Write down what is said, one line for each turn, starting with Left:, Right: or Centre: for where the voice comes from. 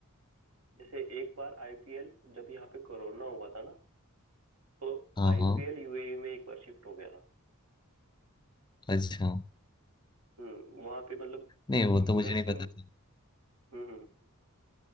Right: जैसे एक बार आईपीएल जब यहाँ पे कोरोना हुआ था ना तो
Left: हाँ
Right: आईपीएल
Left: हाँ
Right: यूएई में एक बार शिफ्ट हो गया था
Left: अच्छा
Right: हम्म वहां पे मतलब
Left: नहीं वो तो मुझे
Right: मैक्सिम
Left: नहीं पता था
Right: हम्म हम्म,